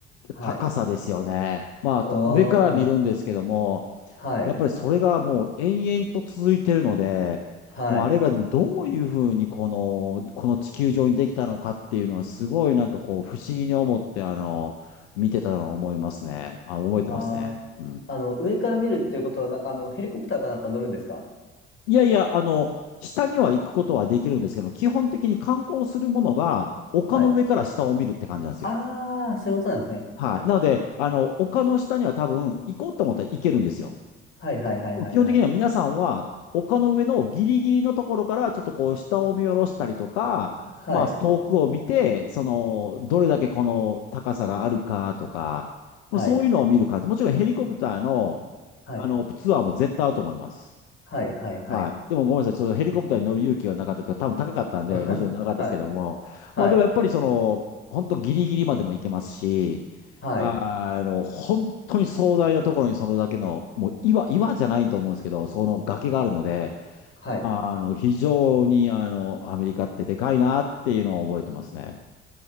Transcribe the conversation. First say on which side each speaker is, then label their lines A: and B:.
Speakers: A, on the left (about 40°); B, on the left (about 75°).
A: はい、
B: 高さですよね。まあ、
A: おー、
B: た上から見るんですけども、
A: はい、
B: やっぱりそれがもう延々と続いてるので、
A: はい、
B: もうあれがどういうふうにこの、この地球上にできたのかっていうのはすごいなんかこう不思議に思って、あの、見てたのを思いますね。あ、覚えてますね。
A: あー、
B: うん。
A: あの、上から見るっていうことはな、あの、ヘリコプターかなんか乗るんですか
B: いやいや、あの、下には行くことはできるんですけども、基本的に観光するものが丘の上から下を見るって感じなんですよ。
A: はい。あー、そういうことなんですね。
B: はい。なので、あの、丘の下には多分行こうと思ったら行けるんですよ。
A: はい、はい、はい、
B: でも基本的には皆さんは丘の上のギリギリのところからちょっとこう下を見下ろしたりとか、
A: はい、はい、はい、
B: まあ遠くを見て、その、どれだけこの高さがあるかとか、まあそういうのを見る感じ。
A: はい、
B: もちろんヘリコプターの、
A: はい、
B: あの、ツアーも絶対あると思います。
A: はい、はい、はい、
B: はい。でもごめんなさい。ちょっとヘリコプターに乗る勇気がなかったというか、多分高かったんで、
A: <laughs>
B: もちろんなかったですけども。
A: はい、はい、
B: まあでもやっぱりその、本当ギリギリまでも行けますし、
A: はい、
B: あの、本当に壮大なところにそれだけの、もう岩、岩じゃないと思うんですけど、その崖があるので、
A: はい。
B: あの、非常に、あの、アメリカってでかいなっていうのを覚えてますね。